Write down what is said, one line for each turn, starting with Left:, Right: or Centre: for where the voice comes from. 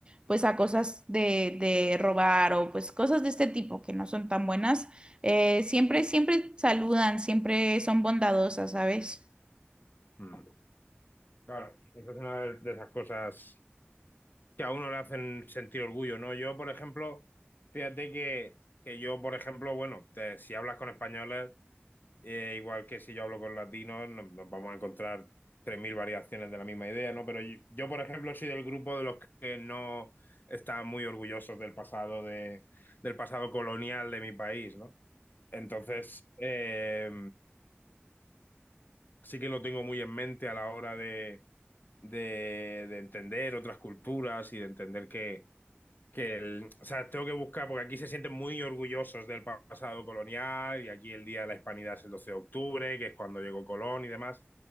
Right: pues a cosas de, de robar o pues cosas de este tipo que no son tan buenas, eh, siempre, siempre saludan, siempre son bondadosas, ¿sabes?
Left: Mm. Claro, esa es una de esas cosas que a uno le hacen sentir orgullo, ¿no? Yo, por ejemplo, fíjate que, que yo, por ejemplo, bueno, te- si hablas con españoles, eh, igual que si yo hablo con latinos, nos, nos vamos a encontrar 3.000 variaciones de la misma idea, ¿no? Pero yo, yo, por ejemplo, soy del grupo de los que no están muy orgullosos del pasado, de, del pasado colonial de mi país, ¿no? Entonces, eh, Así que lo tengo muy en mente a la hora de, de, de entender otras culturas y de entender que, que el, o sea, tengo que buscar, porque aquí se sienten muy orgullosos del pasado colonial y aquí el Día de la Hispanidad es el 12 de octubre, que es cuando llegó Colón y demás.